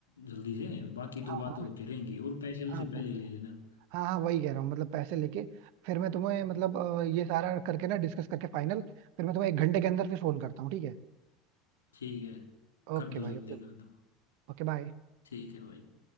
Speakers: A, on the left; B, on the right.
A: जल्दी से बाकी
B: हाँ
A: तो बातें
B: हाँ
A: होती रहेंगी और पैसे उनसे
B: हाँ वो-
A: पहले ले लेना
B: हाँ हाँ वही कह रहा हूँ मतलब पैसे लेके फिर मैं तुम्हें मतलब अ, ये सारा करके ना डिस्कस करके फाइनल फिर मैं तुम्हें एक घंटे के अंदर फिर फोन करता हूँ ठीक है
A: ठीक है कर
B: ओके
A: दो
B: भाई
A: जल्दी
B: ओके
A: कर दो
B: Okay bye
A: ठीक है भाई